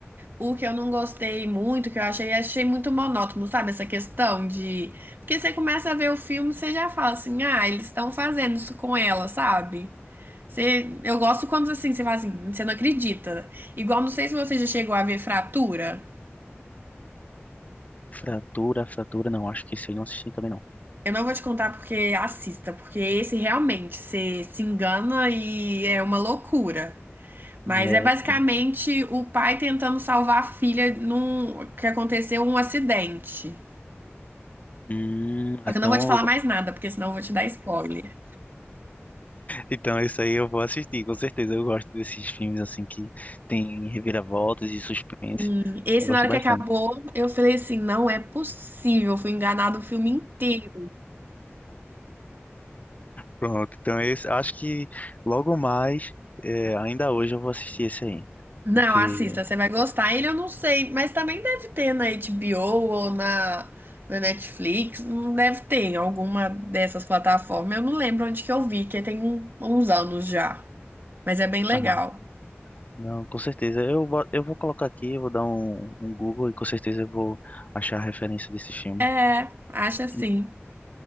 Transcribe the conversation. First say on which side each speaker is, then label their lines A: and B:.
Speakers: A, on the right (about 50°); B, on the left (about 35°).
A: O que eu não gostei muito, que eu achei, achei muito monótono, sabe? Essa questão de. Porque você começa a ver o filme, e você já fala assim, ah, eles estão fazendo isso com ela, sabe? Você... Eu gosto quando assim, você fala assim, você não acredita. Igual, não sei se você já chegou a ver Fratura.
B: Fratura, fratura, não, acho que esse eu não assisti também não.
A: Eu não vou te contar porque assista, porque esse realmente você se engana e é uma loucura. Mas
B: E é,
A: é basicamente
B: pronto.
A: o pai tentando salvar a filha num que aconteceu um acidente.
B: Hum,
A: Só
B: então
A: que eu não vou te falar mais nada, porque senão eu vou te dar spoiler.
B: Então, isso aí eu vou assistir, com certeza. Eu gosto desses filmes assim que tem reviravoltas e suspense.
A: Hum, Esse,
B: Eu gosto
A: na hora
B: bastante.
A: que acabou, eu falei assim: não é possível, eu fui enganado o filme inteiro.
B: Pronto, então é esse, acho que logo mais, é, ainda hoje eu vou assistir esse aí.
A: Não,
B: Porque,
A: assista, você vai gostar. Ele eu não sei, mas também deve ter na HBO ou na, na Netflix. Não deve ter em alguma dessas plataformas. Eu não lembro onde que eu vi, que tem um- uns anos já. Mas é bem legal.
B: ah, não, com certeza. Eu, bo- eu vou colocar aqui, eu vou dar um, um Google e com certeza eu vou achar a referência desse filme.
A: É, acho assim.
B: In-